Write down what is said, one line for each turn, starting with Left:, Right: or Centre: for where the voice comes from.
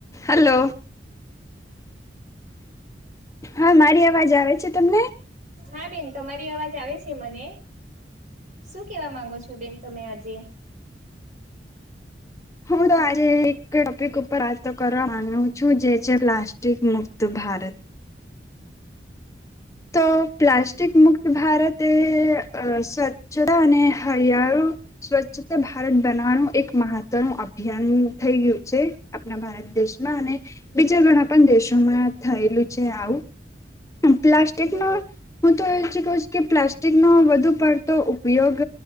Left: Hello હા મારી અવાજ આવે છે તમને
Right: હા બેન તમારી અવાજ આવે છે મને શું કેવા માંગો છો બેન તમે આજે
Left: હું તો આજે એક ટોપિક ઉપર વાતો કરવા મામાંગુ છું જે છે પ્લાસ્ટિક મુક્ત ભારત તો પ્લાસ્ટિક મુક્ત ભારત એ સ્વછ ચતા અને હા યારું સ્વચ્છતા ભારત બનાવવાનું એક મહત્વ ન અભિયાન થઈ ગયું છે આપણા ભાર ભારત દેશમાં અને બીજા ઘણા પણ દેશોમાં થયેલું છે આવું પ્લાસ્ટિકનો હું તો એ કું છ કે પ્લાસ્ટિકનો વધુ પડતો ઉપયોગ